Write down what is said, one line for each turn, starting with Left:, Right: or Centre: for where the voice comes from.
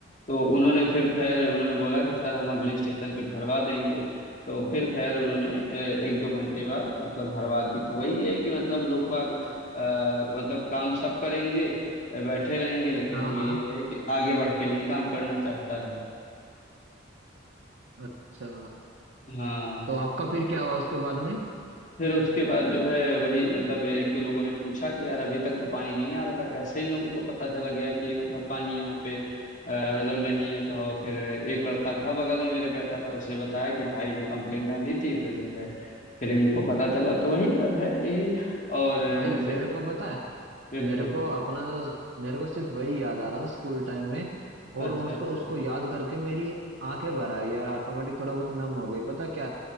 Left: तो उन्होंने फिर खैर उन्होंने बोला कि सर हम अगले स्टेशन पे भरवा देंगे तो फिर खैर उन्होंने अ, एक दो घंटे बाद मतलब भरवा दी तो वही है कि मतलब लोग बाग अ, मतलब काम सब करेंगे अ, बैठे रहेंगे लेकिन
Right: हाँ
Left: कोई
Right: हाँ
Left: ये है कि आगे बढ़ के नहीं काम करना चाहता है
Right: अच्छा
Left: हाँ
Right: तो आपका
Left: तो
Right: फिर क्या हुआ उसके बाद में
Left: फिर उसके बाद जो है वही मतलब एक दो लोगों ने पूछा कि यार अभी तक तो पानी नहीं आ रहा था कैसे इन लोगों को पता चला गया कि मतलब पानी यहाँ पे अ, मतलब नहीं है तो फिर एक लड़का था बगल में मेरे बैठा था उसने बताया कि भाई ने कंप्लेंट डाली थी तो जो है फिर इनको पता चला तो वही सब है यही और
Right: भाई
Left: जैसे
Right: मेरे को पता है
Left: बिल्कुल
Right: मेरे को अपना जो मेरे को सिर्फ वही याद आ रहा था स्कूल टाइम में और
Left: अच्छा
Right: उसको
Left: अच्छा
Right: उसको याद करके मेरी आंखें भर आई यार ऑटोमेटिक थोड़ा बहुत नम हो गई पता क्या